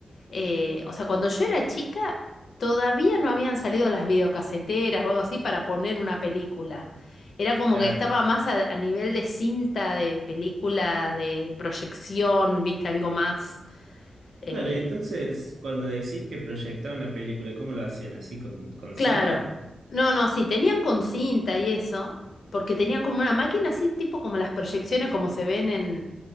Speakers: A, on the left (about 60°); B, on the right (about 85°).
A: eh, o sea, cuando yo era chica, todavía no habían salido las videocaseteras o algo así para poner una película. Era como
B: Claro.
A: que estaba más a, a nivel de cinta, de película, de proyección, viste, algo más. eh,
B: Claro, y entonces cuando decís que proyectaban la película, ¿cómo lo hacían? ¿Así con, con
A: claro.
B: cinta?
A: No, no, sí, tenían con cinta y eso, porque tenían como una máquina así, tipo como las proyecciones como se ven en,